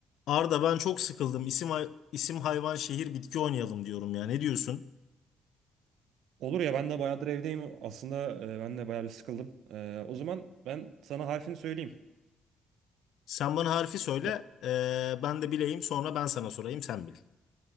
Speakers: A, on the left; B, on the right.
A: Arda ben çok sıkıldım. İsim, hay- isim hayvan şehir bitki oynayalım diyorum ya. Ne diyorsun?
B: Olur ya ben de bayağıdır evdeyim. Aslında e, ben de bayağı bir sıkıldım. E, o zaman ben sana harfini söyleyeyim.
A: Sen bana harfi söyle.
B: E,
A: ee, ben de bileyim. Sonra ben sana sorayım. Sen bil.